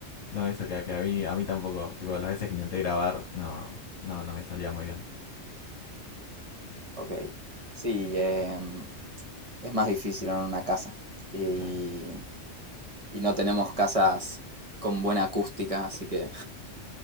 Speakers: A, on the left (about 60°); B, on the right (about 30°).
A: No, eso que, que a mí, a mí tampoco. Tipo, las veces que intenté grabar, no, no, no me salía muy bien.
B: Ok. Sí, em, es más difícil en una casa. Y,
A: Claro,
B: y no tenemos casas con buena acústica, así que